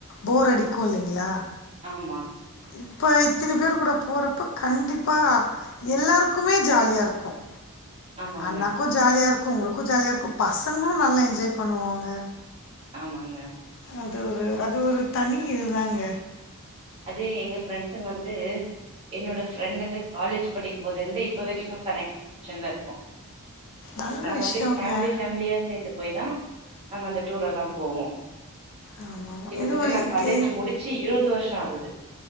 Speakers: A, on the left; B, on the right.
A: போர் அடிக்கும் இல்லைங்களா
B: ஆமா
A: இப்போ இத்தினி பேர் கூட போறப்ப கண்டிப்பாக எல்லாருக்குமே ஜாலியாக இருக்கும்
B: ஆமாங்க
A: அண்ணாக்கும் ஜாலியா இருக்கு க்கு உங்களுக்கும் ஜாலியா இருக்கும் பசங்களும் நல்லா என்ஜாய் பண்ணுவாங்க
B: ஆமாங்க
A: அது ஒரு அது ஒரு தனி இதுதாங்க
B: அதே எங்க ஃப்ரெண்ட்ஸுங்க வந்து என்னோட ஃப்ரெண்டுங்க காலேஜ் படிக்கும்போது இருந்து இப்போ வரைக்கும் கனெக்ஷன்ல இருக்கும்
A: நல்ல
B: நாங்கள்
A: விஷயங்க
B: அப்படியே ஃபேமிலி ஃபேமிலியாக சேர்ந்து போய் தான் நாங்கள் அந்த டூர் எல்லாம் போவோ
A: ஆமாமா
B: கிட்டத்தட்ட
A: இது ஒகே
B: நா காலேஜ் முடிச்சு இருவது வருஷோ ஆகுது